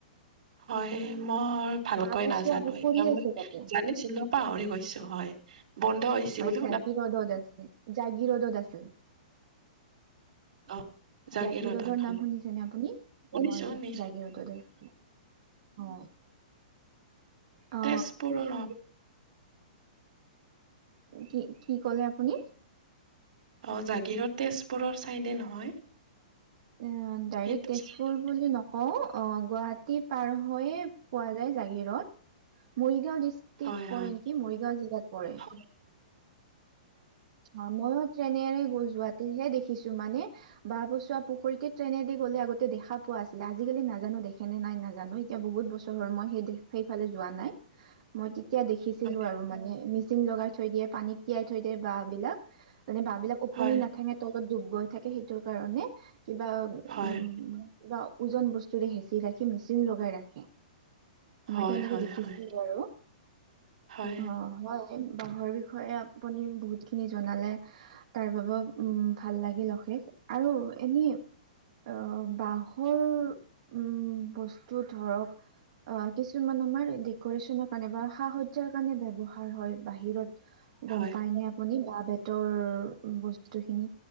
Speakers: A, on the right; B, on the right.
A: হয়, মই ভালকৈ
B: বাঁহ পচোৱা
A: নাজানো
B: পুখুৰী
A: এতিয়া মই
B: আছে তাতে
A: জানিছিলো পাহৰি গৈছো হয়, বন্ধ হৈ হৈছে বোলে।
B: জাগীৰদদ আছে, জাগীৰদদ আছিল।
A: অ' জাগিৰোডত
B: জাগিৰুদৰ নাম
A: হয়
B: শুনিছেনে আপুনি
A: শুনিছো
B: হয়
A: শুনিছো
B: জাগিৰুদত আছে। হয়। অ
A: তেজপুৰৰ
B: কি কি ক'লে আপুনি
A: অ' জাগীৰোড তেজপুৰৰ চাইডে নহয়?
B: এ ডাইৰেক্ট
A: সেইটো
B: তেজপুৰ
A: চাইডত
B: বুলি নকওঁ অ' গুৱাহাটী পাৰ হৈয়ে পোৱা যায় জাগিৰোদ মই মৰিগাঁও ডিষ্ট্ৰিক্ট
A: হয়
B: পৰে
A: হয়
B: নেকি, মৰিগাঁও জিলাত পৰে।
A: হয়
B: অ' ময়ো ট্ৰেইনেৰে গৈ যোৱাত হে দেখিছো মানে বা পচোৱা পুখুৰীতে ট্ৰেইনেদি গ'লে আগতে দেখা পোৱা আছিলে, আজিকালি নাজানো দেখেনে নাই নাজানো এতিয়া বহুত বছৰ হ'ল মই সেই সেইফালে যোৱা নাই। মই তেতিয়া দেখিছিলো
A: হয় হয় হয়
B: আৰু মানে মেচিন লগাই থৈ দিয়ে পানীত তিয়াই থৈ দিয়ে বাহ বিলাক মানে বাহ বিলাক
A: হয়
B: ওপুঙি নাথেঙে তলত ডুব গৈ থাকে সেইটোৰ কাৰণে কিবা উ
A: হয় হয় হয়
B: কিবা ওজন বস্তুৰে হেঁচি ৰাখি, মেচিন লগাই ৰাখে। মই
A: হয়
B: এতিয়া এনেকে
A: হয়
B: দেখিছিলো
A: হয়।
B: আৰু
A: হয়,
B: অ' হয়। বাঁহৰ বিষয়ে আপুনি বহুত খিনি জনালে তাৰ বাবেও উম ভাল লাগিল অশেষ আৰু এনে আহ বহৰ উম বস্তু ধৰক অ' কিছুমান আমাৰ ডেক'ৰেশ্বচনৰ কাৰণে বা সা সজ্জাৰ কাৰণে ব্যৱহাৰ হয়, বাহিৰত
A: হয়।
B: গ'ম পাই নে বাহঁ বেতৰ বস্তু খিনি